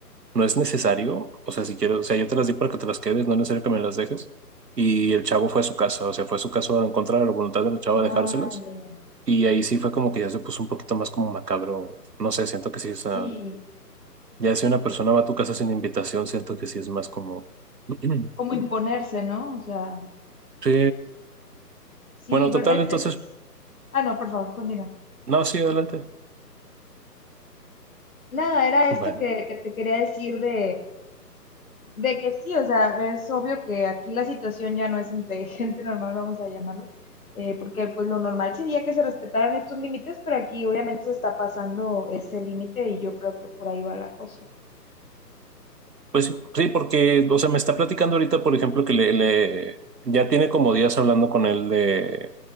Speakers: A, on the right; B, on the left.
A: no es necesario, o sea, si quiero, o sea, yo te las di para que te las quedes, no es necesario que me las dejes. Y el chavo fue a su casa, o sea, fue a su casa en contra de la voluntad del chavo
B: Ah,
A: a dejárselas.
B: ya, ya.
A: Y ahí sí fue como que ya se puso un poquito más como macabro, no sé, siento que sí, o sea,
B: Sí,
A: ya si una persona va a tu casa sin invitación, siento que sí es más como... <clears throat>
B: como imponerse, ¿no? O sea,
A: Sí,
B: sí,
A: bueno, total,
B: bueno, es,
A: entonces,
B: es- Ah, no, por favor, continúa.
A: no, sí, adelante.
B: Nada, era
A: Bueno.
B: esto que, que te quería decir de, de que sí, o sea, es obvio que aquí la situación ya no es entre <laughs> gente normal, vamos a llamarlo, eh, porque pues lo normal sería que se respetaran estos límites, pero aquí obviamente se está pasando ese límite y yo creo que por ahí va la cosa.
A: Pues sí, sí, porque, o sea, me está platicando ahorita, por ejemplo, que le, le- ya tiene como días hablando con él de,